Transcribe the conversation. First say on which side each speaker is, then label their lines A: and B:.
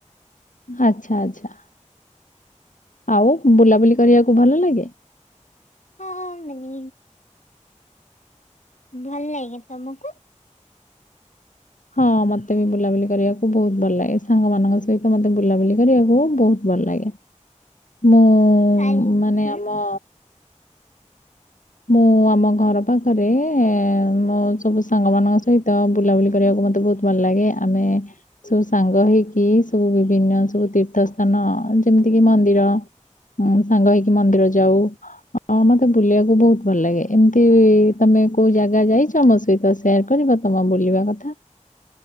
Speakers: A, on the left; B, on the left.
A: ଆଚ୍ଛା ଆଚ୍ଛା। ଆଉ ବୁଲାବୁଲି କରିବାକୁ ଭଲ ଲାଗେ?
B: ହଁ ମାନେ ଭଲ ଲାଗେ ତମକୁ?
A: ହଁ ମତେ ବି ବୁଲାବୁଲି କରିବାକୁ ବହୁତ ଭଲ ଲାଗେ। ସାଙ୍ଗ ମାନଙ୍କ ସହିତ ମତେ ବୁଲାବୁଲି କରିବାକୁ ବୋହୁତ ଭଲ ଲାଗେ ମୁଁ
B: ତାଇ
A: ମାନେ
B: ହୁଁ।
A: ଆମ ମୁଁ ଆମ ଘର ପାଖରେ ମୋ ସବୁ ସାଙ୍ଗ ମାନଙ୍କ ସହିତ ବୁଲାବୁଲି କରିବାକୁ ମତେ ବୋହୁତ ଭଲ ଲାଗେ ଆମେ ସବୁ ସାଙ୍ଗ ହେଇକି ସବୁ ବିଭିନ୍ନ ସବୁ ତୀର୍ଥସ୍ଥାନ ଯେମିତି କିି ମନ୍ଦିର ସାଙ୍ଗ ହେଇକି ମନ୍ଦିର ଯାଉ ମତେ ବୁଲିବାକୁ ବୋହୁତ ଭଲ ଲାଗେ ଏମିତି ତମେ କୋଉ ଜାଗା ଯାଇଛ ମୋ ସହିତ ସେୟାର କରିବ ତମ ବୁଲିବା କଥା।